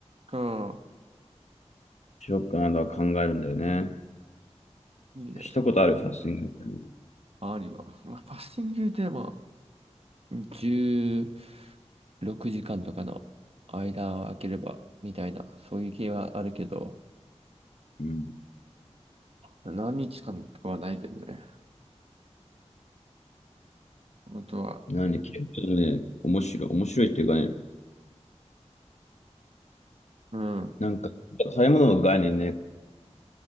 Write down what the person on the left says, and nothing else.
しようかなとは考えるんだよね。
したことある、ファスティング。
うん。
なんで、結構ね、面白い、面白いっていうかね、
なんか、食べ物の概念ね、